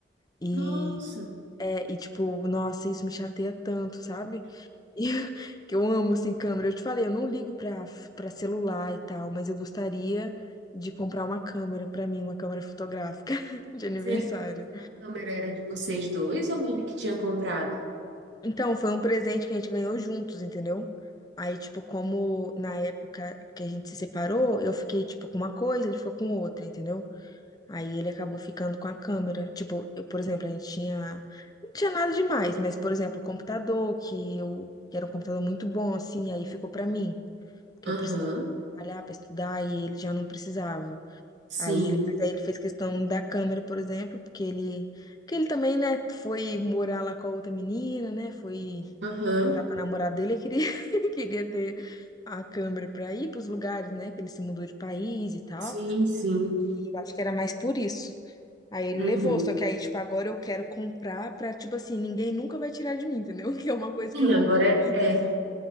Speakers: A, on the left (about 20°); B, on the right (about 75°).
A: E.
B: Nossa,
A: É, e tipo, nossa, isso me chateia tanto, sabe? E <laughs> que eu amo assim câmera. Eu te falei, eu não ligo pra para celular e tal, mas eu gostaria de comprar uma câmera pra mim, uma câmera fotográfica <laughs> de aniversário.
B: mas ele, mas a câmera era de vocês dois ou ele que tinha comprado?
A: Então, foi um presente que a gente ganhou juntos, entendeu? Aí, tipo, como na época que a gente se separou, eu fiquei, tipo, com uma coisa, ele ficou com outra, entendeu? Aí ele acabou ficando com a câmera. Tipo, eu, por exemplo, a gente tinha. Não tinha nada demais, mas, por exemplo, o computador, que eu. Que era um computador muito bom, assim, aí ficou pra mim. que
B: Aham.
A: eu precisava trabalhar para estudar e ele já não precisava.
B: Sim.
A: Aí ele, mas aí ele fez questão da câmera, por exemplo, porque ele, porque ele também, né, foi morar lá com a outra menina, né, foi
B: Aham.
A: com a namorada dele, ele queria, <laughs> queria ter a câmera para ir para os lugares, né, que ele se mudou de país e tal.
B: Sim, sim.
A: E eu acho que era mais por isso. Aí ele
B: Uhum.
A: levou, só que aí, tipo, agora eu quero comprar pra, tipo assim, ninguém nunca vai tirar de mim, entendeu? <laughs> Que é uma coisa
B: Sim,
A: que eu
B: agora
A: amo muito,
B: é, é.
A: assim.